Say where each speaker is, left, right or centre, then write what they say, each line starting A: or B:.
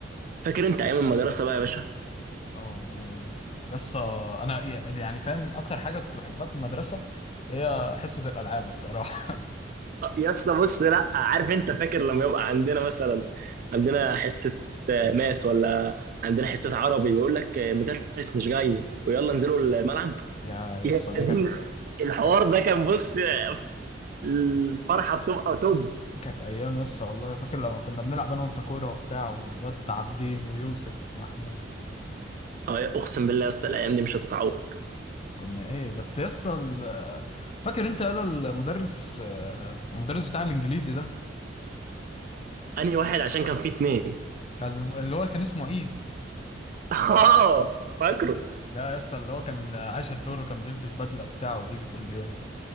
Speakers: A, on the right; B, on the left.
A: فاكر انت ايام المدرسه بقى يا باشا
B: اه والله يسا انا يعني فاهم اكتر حاجه كنت بحبها في المدرسه هي حصه الالعاب الصراحه
A: أه، يا اسطى بص لا عارف انت فاكر لما يبقى عندنا مثلا عندنا حصه آه، ماس ولا عندنا حصه عربي يقول لك آه، المدرس مش جاي ويلا انزلوا الملعب
B: <laughs> يا يسا
A: يا
B: دي
A: دين
B: كانت
A: الحوار
B: ك-
A: ده كان بص آه، الفرحه بتبقى توب
B: كانت ايام يسا والله فاكر لما كنا بنلعب انا وانت كوره وبتاع والواد عابدين ويوسف ومحمود
A: أه، اقسم بالله يا اسطى الايام دي مش هتتعوض
B: كنا ايه بس يسطا ال- فاكر انت يلا المدرس آه، المدرس بتاع الانجليزي ده
A: انهي واحد عشان كان في اثنين
B: كان اللي هو كان اسمه عيد
A: <laughs> اه فاكره
B: ده يسطا اللي هو كان عايش الدور وكان بيلبس بدله وبتاع وبيجي كل يوم ده